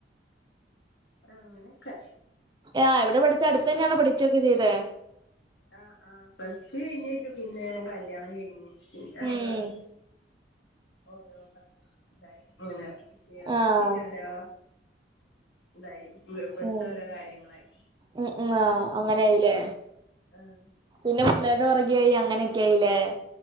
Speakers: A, on the left; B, on the right.
A: ആഹ അങ്ങനെ ഒക്കെ
B: ആഹ് എവിടെ പഠിച്ചെ അടുത്തന്നെയാണോ പഠിച്ചൊക്കെ ചെയ്തേ?
A: ആ ഹ് ആഹ് പ്ലസ് റ്റു കഴിഞ്ഞക്ക് പിന്നെ കല്യാണം കഴിഞ്ഞ് പിന്നെ അങ്ങനായി
B: ഉം
A: ഓരോ ഇതായി അങ്ങന കേള
B: ആഹ്
A: ഇന്നോരോ ഇതായി ഇപെടുത്തഓരോ
B: ഉം
A: കാര്യങ്ങളായി
B: ഉം ഉ ആ അങ്ങനായിലെ
A: ആഹ്
B: പിന്നെ പിള്ളേര്ടെ പുറകെ ആയി അങ്ങനൊക്കെ ആയില്ലെ